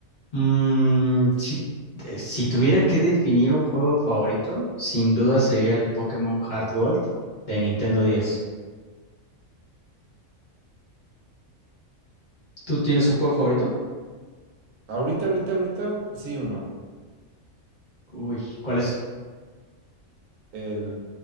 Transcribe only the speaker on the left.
Mm, si, eh, si tuviera que definir un juego favorito, sin duda sería el Pokémon Heart Gold de Nintendo 10. ¿Tú tienes un juego favorito?
Uy, ¿cuál es?